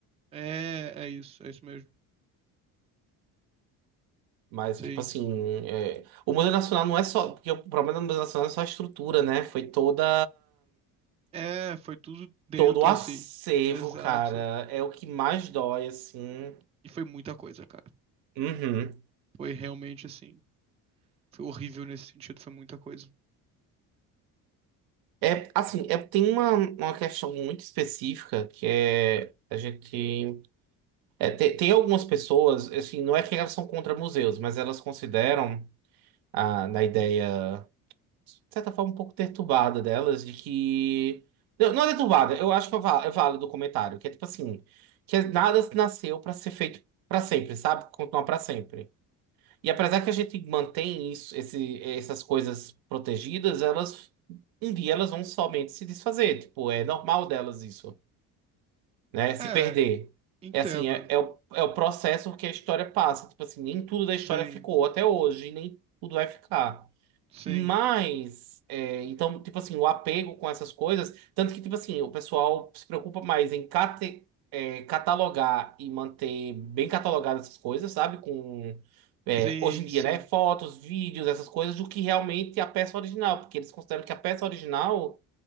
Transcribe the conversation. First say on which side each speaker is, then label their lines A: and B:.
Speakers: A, on the right; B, on the right.
A: É, é isso, é isso mesmo.
B: Mas,
A: Sim.
B: tipo assim, é, o Museu Nacional não é só. Porque o problema do Museu Nacional é só a estrutura, né? Foi toda.
A: É, foi tudo dentro,
B: Todo o acervo,
A: assim. Exato.
B: cara. É o que mais dói, assim.
A: E foi muita coisa, cara.
B: Uhum.
A: Foi realmente assim. Foi horrível nesse sentido, foi muita coisa.
B: É, assim, é, tem uma, uma questão muito específica que é. A gente. é, tem, tem algumas pessoas, assim, não é que elas são contra museus, mas elas consideram, ah, na ideia. certa forma, um pouco perturbada delas, de que. Não, não é perturbada, eu acho que é vá- é válido o comentário, que é tipo assim, que é, nada nasceu pra ser feito pra sempre, sabe? Continuar pra sempre. E apesar que a gente mantém isso, esse, essas coisas protegidas, elas um dia elas vão somente se desfazer. Tipo, é normal delas isso, né? Se
A: É,
B: perder.
A: entendo.
B: É assim, é, é o, é o processo que a história passa. Tipo assim, nem tudo da
A: Sim,
B: história ficou até hoje, nem tudo vai ficar.
A: sim.
B: Mas, é, então, tipo assim, o apego com essas coisas, tanto que, tipo assim, o pessoal se preocupa mais em cate- é, catalogar e manter bem catalogadas essas coisas, sabe? Com, é,
A: Sim,
B: hoje em dia,
A: sim.
B: né? Fotos, vídeos, essas coisas, do que realmente a peça original, porque eles consideram que a peça original,